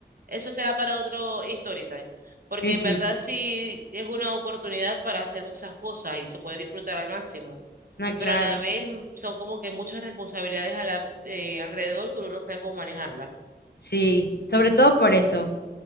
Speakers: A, on the right (about 50°); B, on the left (about 65°).
A: eso será para otro story time. Porque
B: Y
A: en
B: sí,
A: verdad sí es una oportunidad para hacer muchas cosas y se puede disfrutar al máximo.
B: no,
A: pero
B: claro.
A: a la vez mm, son como que muchas responsabilidades a la, eh, alrededor que uno no sabe cómo manejarla.
B: Sí, sobre todo por eso.